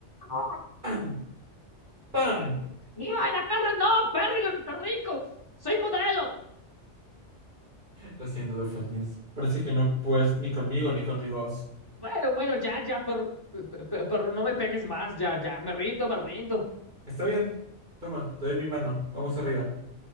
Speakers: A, on the left; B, on the right.
A: ¡Ah!
B: ¡Pam! ¡Pam!
A: ¡Ah! ¡No, en la cara no, perro lento rico! ¡Soy modelo!
B: Lo siento, Dolphin Mills. Parece que no puedes ni conmigo ni con mi voz.
A: Bueno, bueno, ya, ya, pero, pe- pero no me pegues más, ya, ya, me rindo, me rindo.
B: Está bien. Toma, te doy mi mano. Vamos arriba.